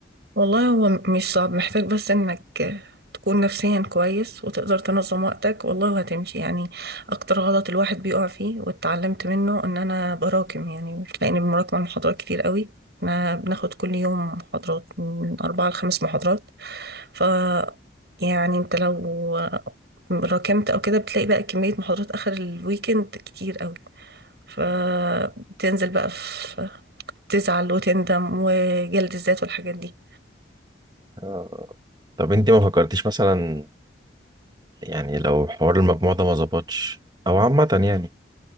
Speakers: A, on the right; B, on the right.
A: والله هو م- مش صعب محتاج بس انك تكون نفسيا كويس وتقدر تنظم وقتك والله وهتمشي يعني اكتر غلط الواحد بيقع فيه واتعلمت منه ان انا براكم يعني تلاقيني بمراكم على محاضرات كتير قوي احنا بناخد كل يوم محاضرات من اربعة لخمس محاضرات ف يعني انت لو راكمت او كده بتلاقي بقى كمية محاضرات اخر الويكند كتير قوي فبتنزل بقى في تزعل وتندم وجلد الذات والحاجات دي
B: آه. طب أنت ما فكرتيش مثلا يعني لو حوار المجموع ده ما ظبطش أو عامة يعني